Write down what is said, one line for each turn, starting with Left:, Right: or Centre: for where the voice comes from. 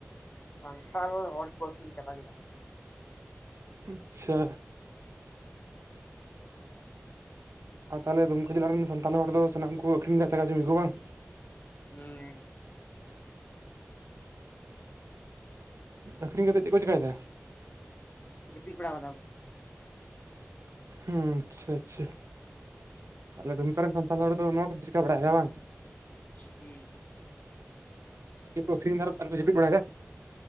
Left: ᱥᱟᱱᱛᱟᱞ ᱦᱚᱲ ᱠᱚ ᱟᱹᱠᱷᱨᱤᱧ ᱪᱟᱵᱟ ᱠᱮᱫᱟ,
Right: ᱟᱪᱪᱷᱟ, ᱟᱨ ᱛᱟᱦᱚᱞᱮ ᱫᱩᱢᱠᱟᱹ ᱡᱤᱞᱟᱹ ᱨᱮᱱ ᱥᱟᱱᱛᱟᱞ ᱦᱚᱲ ᱫᱚ ᱥᱟᱱᱟᱢ ᱠᱚ ᱟᱹᱷᱨᱤᱧ ᱮᱫᱟ ᱡᱟᱹᱜᱷᱟ ᱡᱚᱢᱤ ᱠᱚ ᱵᱟᱝ?
Left: ᱦᱩᱸ
Right: ᱟᱹᱠᱷᱨᱤᱧ ᱠᱟᱛᱮᱫ ᱪᱮᱫ ᱠᱚ ᱪᱮᱠᱟᱭ ᱮᱫᱟ?
Left: ᱡᱟᱹᱯᱤᱫ ᱵᱟᱲᱟ ᱟᱠᱟᱫᱟ ᱠᱚ,
Right: ᱦᱩᱸ ᱟᱪᱪᱷᱟ, ᱟᱪᱪᱷᱟ ᱟᱞᱮ ᱫᱩᱢᱠᱟᱹ ᱨᱮᱱ ᱥᱟᱱᱛᱟᱞ ᱦᱚᱲ ᱫᱚ ᱱᱚᱣᱟ ᱠᱚ ᱪᱤᱠᱟᱹ ᱵᱟᱲᱟᱭ ᱮᱫᱟ ᱵᱟᱝ,
Left: ᱦᱩᱸ
Right: ᱪᱮᱫ ᱠᱚ ᱟᱹᱠᱷᱨᱤᱧ ᱮᱫᱟ, ᱟᱨ ᱠᱚ ᱡᱟᱹᱯᱤᱫ ᱵᱟᱲᱟᱭᱮᱫᱟ᱾